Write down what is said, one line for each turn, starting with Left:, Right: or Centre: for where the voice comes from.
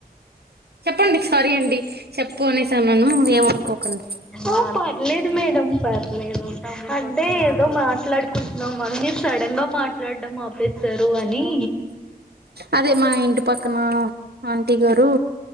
Right: చెప్పండి సారీ అండి చెప్పు అనేసెసాన్ను ఏమనుకోకండి.
Centre: ఆహ్ పర్లేదు మేడం పర్లేదు అదే ఎదో మాట్లాడుకుంటు. అమ్మా మీరు సడన్ గా మాట్లాడం ఆపేస్తారు అని.
Right: అదే మా ఇంటి పక్కన ఆంటీ గారు.